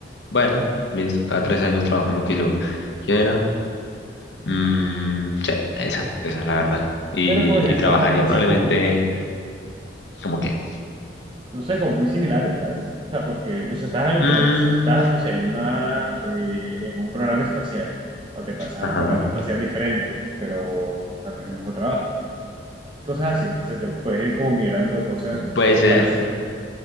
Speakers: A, on the left (about 70°); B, on the right (about 30°).
A: Bueno, listo, cada tres años trabajo en lo que yo quiera. Mm, sí, esa, esa es la verdad. Y,
B: Pero podrías
A: y trabajaría
B: trabajar en cosas
A: probablemente,
B: como,
A: como que,
B: no sé, como muy similares, ¿sabes? O sea, porque, no sé, estás en algo
A: mm,
B: que te gusta. Estás, o sea, en una, eh, en un programa espacial. O te pasas
A: ajá,
B: a un programa espacial diferente, pero, o sea, no es el mismo trabajo. Cosas así. O sea, te puedes ir como migrando de cosas
A: puede ser,
B: parecidas.